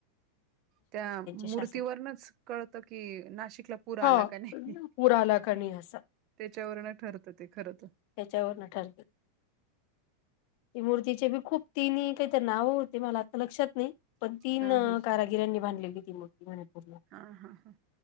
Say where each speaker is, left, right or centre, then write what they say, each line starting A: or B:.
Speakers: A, on the right (about 40°); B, on the left (about 50°).
A: त्या मूर्तीवरनंच,
B: शासन
A: कळतं की, नाशिकला पूर
B: हा
A: आला की नई.
B: पूर आला का नाही असा
A: त्याच्यावरूनच ठरतं ते खरं तर.
B: त्याच्यावरनं ठरतं. ती मूर्तीचे बी... खूप तिन्ही काहीतरी नावं होते, मला आता लक्षात नाई. पण तीन
A: हां, हां.
B: कारागिरांनी बांधलेली ती मूर्ति म्हणे. पूर्ण...
A: हां, हां, हां.